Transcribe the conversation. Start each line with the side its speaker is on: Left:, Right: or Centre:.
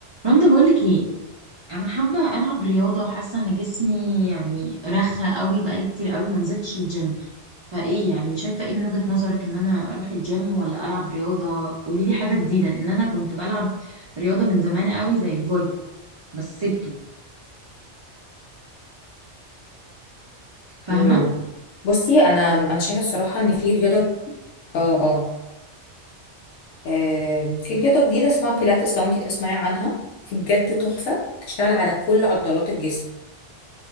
Right: رندا بقولك ايه انا حابه العب رياضه حاسه ان جسمي يعني رخى قوي بقالي كتير قوي ما نزلتش الجيم فايه يعني شايفه ايه من وجهه نظرك ان انا اروح الجيم ولا العب رياضه قولي لي حاجه جديده لان انا كنت بلعب رياضه من زمان قوي زي الفولي بس سبته فاهمه
Left: مم. بصي انا انا شايفه الصراحه ان في رياضه اه اه آم، في رياضة جديدة اسمها بيلاتس لو انتي تسمعي عنها دي بجد تحفة بتشتغل على كل عضلات الجسم